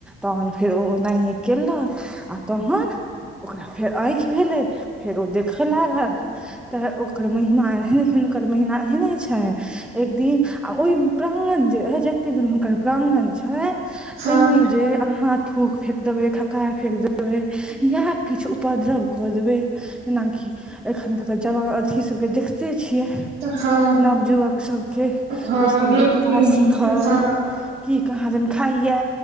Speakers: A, in the centre; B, on the right.
A: तहन फेर ओ ओनाहे कलक आ तहन ओकरा फेर आँखि भेलै फेर ओ देखय लागल तऽ ओकर महिमा एहने हुनकर महिमा एहने छै एक दिन आ ओहि प्रांगण जे ह जते दूर हुनकर प्रांगन छै
B: हँ
A: ताहिमे जे अहाँ थूक फेेक देबै खखार फेेक देबै यएह किछु उपद्रव क देबे जेनाकि एखन के जवान अथी सब के देख से छियै
B: हँ
A: नवयुवक सबके
B: हँ
A: ओ सब
B: लोक
A: गुटखा शिखर
B: हँ
A: की कहाँ दन खाइये